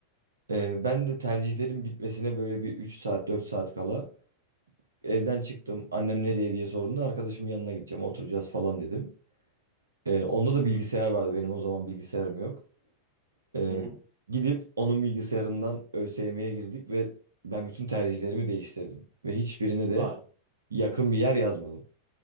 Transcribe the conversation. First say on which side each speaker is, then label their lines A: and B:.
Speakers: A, on the right; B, on the right.
A: Ee, ben de tercihlerin bitmesine böyle bir 3 saat 4 saat kala evden çıktım. Annem nereye diye sorduğunda arkadaşımın yanına gideceğim oturacağız falan dedim. Ee, onda da bilgisayar vardı benim o zaman bilgisayarım yok. Ee,
B: Hı hı.
A: gidip onun bilgisayarından ÖSYM'ye girdik ve ben bütün tercihlerimi değiştirdim. Ve hiçbirine de
B: Var.
A: yakın bir yer yazmadım.